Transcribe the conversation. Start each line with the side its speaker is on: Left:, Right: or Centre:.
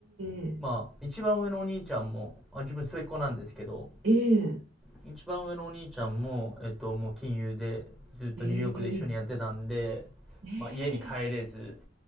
Right: えええ
Centre: まあ、一番上のお兄ちゃんも、あ、自分末っ子なんですけど、
Right: ええ
Centre: 一番上のお兄ちゃんも、えっと、もう金融でずっとニューヨークで一緒にやってたんで、
Right: ええええええ
Centre: まあ、家に帰れず、